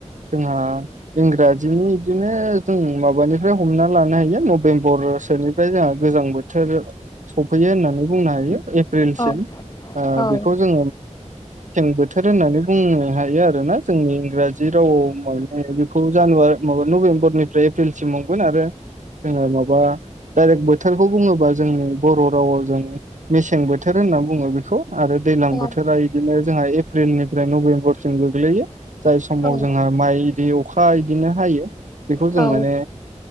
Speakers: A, on the right; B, on the left.
A: जोंहा इंराजिनि बिदिनो जों माबानिफ्राय हमना लानो हायो नभेम्बर बोसोरनिफ्राय जोंहा गोजां बोथोर सफैयो होननानै बुंनो हायो
B: औ औ
A: बेखौ जों बोथोर होननानैनो हायो आरोना जोंनि इंराजि रावा जानुवारि नभेम्बरनिफ्राय एप्रिलसिम हागोन आरो। जोंङो माबा दायरेक्ट बोथोरखौ बुंङोबा जोंनि बर' रावाव जों मेसें बोथोर होनना बुंङो बेखौ आरो दैलां
B: औ
A: बोथोरा बिदिनो जोंहा एप्रिलनिफ्राय नभेम्बरसिम गोग्लैयो जाय समाव जोंहा
B: औ
A: माइ बिदि अखा इदिनो हायो। बेखौ जों
B: औ
A: माने